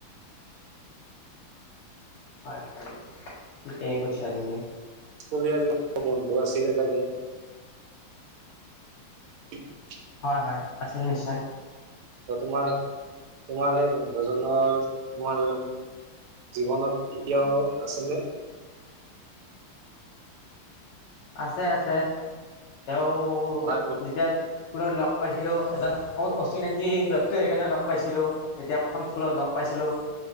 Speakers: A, on the left (about 90°); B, on the right (about 80°).
A: হয় হয় ঠিকেই কৈছা তুমি
B: উলিয় য বন্ধু আছিলে চাগে <inaudible>
A: হয় হয় আছিল নিশ্চয়।
B: ত তোমাৰ তোমাৰ সেই বন্ধুজনৰ তোমাৰ জীৱনত এতিয়াও আছেনে।
A: আছে আছে তেওঁ
B: তাৰ
A: যেতিয়া স্কুলত লগ পাইছিলোঁ এজন অ অচিনাকি ব্যক্তিয়ে সেইকাৰণে লগ পাইছিলোঁ তেতিয়া প্ৰথম স্কুলত লগ পাইছিলোঁ